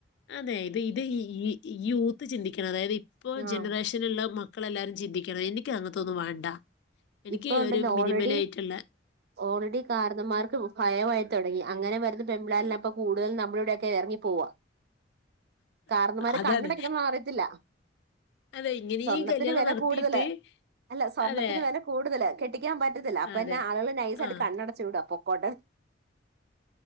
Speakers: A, on the left; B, on the right.
A: അതെ ഇത് ഇത് ഈ യൂത്ത് ചിന്തിക്കണം അതായത് ഇപ്പോ
B: ആഹ്
A: ജനറേഷനുള്ള മ മക്കളെല്ലാരും ചിന്തിക്കണം എനിക്ക് അങ്ങനത്തൊന്നും വേണ്ട എനിക്ക്
B: ഇപ്പൊ ഉണ്ടല്ലോ
A: ഒരു മിനിമലായ്ട്ടുള്ള
B: ഓൾറെഡി ഓൾറെഡി കാരണന്മാർക്ക് ഭയമായി തുടങ്ങി അങ്ങനെ വരുന്ന പെമ്പിള്ള പ്പോകൂടുതൽ നമ്മളിവിടെയൊക്കെ ഇറങ്ങി പോവാ കാരണന്മാര്
A: അതാണ്.
B: കണ്ണടക്കണ നമ്മള് അറിയത്തില്ല
A: അതെ ഇങ്ങനെ
B: സ്വർണത്തിന്
A: ഈ കല്യാണം
B: വില
A: നടത്തിയിട്ട്
B: കൂടുതല് അല്ല സ്വർണത്തിന്
A: അതെ
B: വില കൂടുതല് കെട്ടിക്കാൻ പറ്റത്തില്ല അപ്പൊന്നാ
A: അതെ
B: ആളുകള് നൈസായിട്ട്
A: ആ
B: കണ്ണടച്ചു വിടും അപ്പൊ കൊട